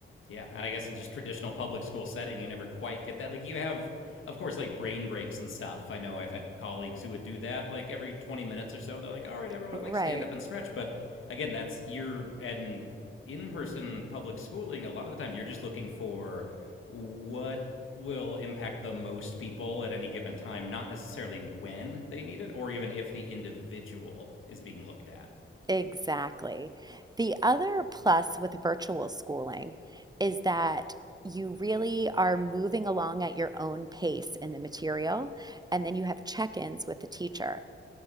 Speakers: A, on the left (about 75°); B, on the right (about 20°).
A: Yeah, and I guess in just traditional public school setting, you never quite get that. Like you have, of course, like brain breaks and stuff. I know I've had colleagues who would do that, like every twenty minutes or so. They're like, "All right, everyone,
B: Right,
A: like stand up and stretch." But again, that's you're in in-person public schooling. A lot of the time, you're just looking for what will impact the most people at any given time, not necessarily when they need it or even if the individual is being looked at.
B: exactly. The other plus with virtual schooling is that you really are moving along at your own pace in the material, and then you have check-ins with the teacher.